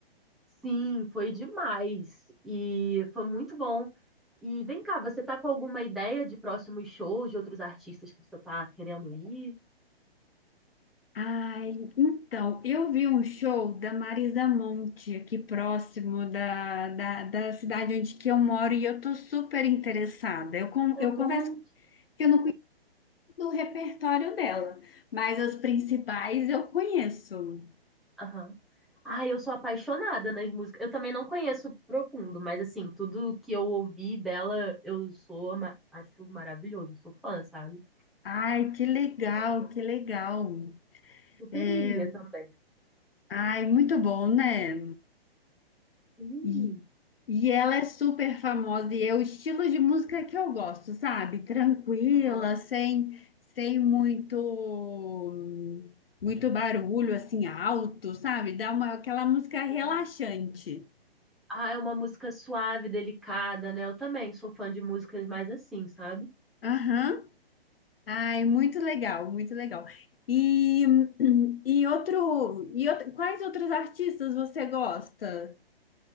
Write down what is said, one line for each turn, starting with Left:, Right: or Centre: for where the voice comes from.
Centre: Sim, foi demais e foi muito bom. E vem cá, você tá com alguma ideia de próximos shows de outros artistas que você tá querendo ir?
Left: Ai, então, eu vi um show da Marisa Monte aqui próximo da, da, da cidade onde que eu moro e eu tô super interessada. Eu, con-
Centre: Um
Left: eu converso
Centre: monte.
Left: que eu não do repertório dela, mas as principais eu conheço.
Centre: Aham. Ai, eu sou apaixonada nas músicas. Eu também não conheço profundo, mas assim, tudo que eu ouvi dela, eu sou, ma- acho maravilhoso, sou fã, sabe?
Left: Ai, que legal, que legal.
Centre: Super
Left: É,
Centre: iria também.
Left: Ai, muito bom, né?
Centre: Hum.
Left: E, e ela é super famosa e é o estilo de música que eu gosto, sabe? Tranquila,
Centre: Aham.
Left: sem, sem muito, muito barulho, assim, alto, sabe? Dá uma, aquela música relaxante.
Centre: Sim. Ah, é uma música suave, delicada, né? Eu também sou fã de músicas mais assim, sabe?
Left: Aham. Ai, muito legal, muito legal. E, e outro, e outro, quais outros artistas você gosta?